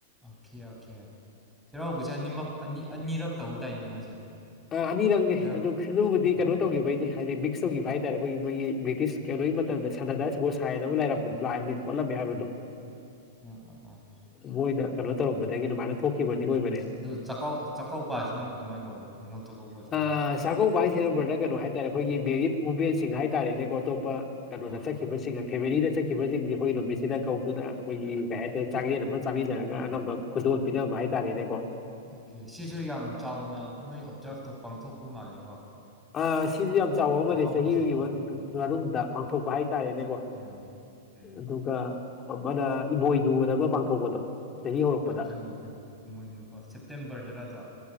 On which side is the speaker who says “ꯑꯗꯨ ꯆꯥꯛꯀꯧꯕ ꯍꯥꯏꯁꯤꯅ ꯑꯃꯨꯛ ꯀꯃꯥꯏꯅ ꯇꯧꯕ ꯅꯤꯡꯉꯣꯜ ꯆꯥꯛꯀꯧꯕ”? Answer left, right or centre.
Centre